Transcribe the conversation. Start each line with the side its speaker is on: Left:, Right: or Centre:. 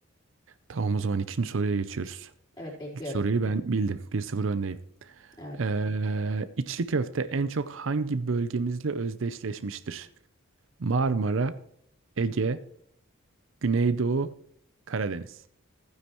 Right: Tamam o zaman ikinci soruya geçiyoruz.
Left: Evet bekliyorum.
Right: İlk soruyu ben bildim bir 0 öndeyim.
Left: Evet
Right: Ee, içli köfte en çok hangi bölgemizle özdeşleşmiştir? Marmara, Ege, Güneydoğu, Karadeniz.